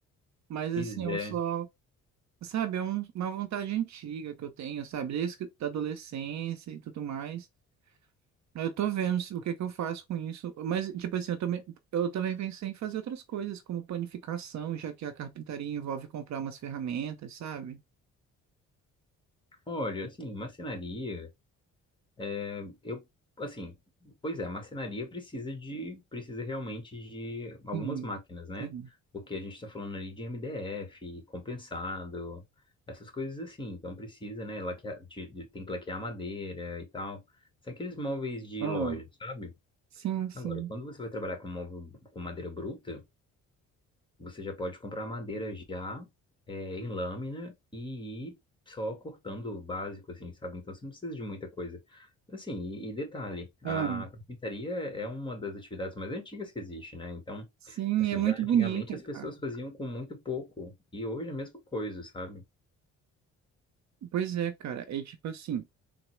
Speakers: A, on the right; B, on the left.
A: Mas,
B: Pois
A: assim, eu
B: é.
A: só. Sabe? É um- uma vontade antiga que eu tenho, sabe? Desde que- da adolescência e tudo mais. Eu tô vendo se- o que que eu faço com isso. Mas, tipo assim, eu também, eu também pensei em fazer outras coisas, como panificação, já que a carpintaria envolve comprar umas ferramentas, sabe?
B: Olha, assim, marcenaria. É, eu, assim, pois é, a marcenaria precisa de, precisa realmente de algumas
A: Sim,
B: máquinas, né?
A: sim.
B: Porque a gente está falando ali de MDF, compensado, essas coisas assim. Então precisa, né? Laquear, de, de- tem que laquear madeira e tal. São aqueles móveis de
A: Ah,
B: loja, sabe?
A: sim, sim.
B: Agora, quando você vai trabalhar com móvel com madeira bruta, você já pode comprar madeira já é, em lâmina e ir só cortando o básico, assim, sabe? Então você não precisa de muita coisa. Assim, e, e detalhe,
A: Ah,
B: a carpintaria é uma das atividades mais antigas que existe, né? Então,
A: sim,
B: assim,
A: é muito
B: já antigamente
A: bonita,
B: as
A: cara.
B: pessoas faziam com muito pouco e hoje é a mesma coisa, sabe?
A: Pois é, cara. É tipo assim,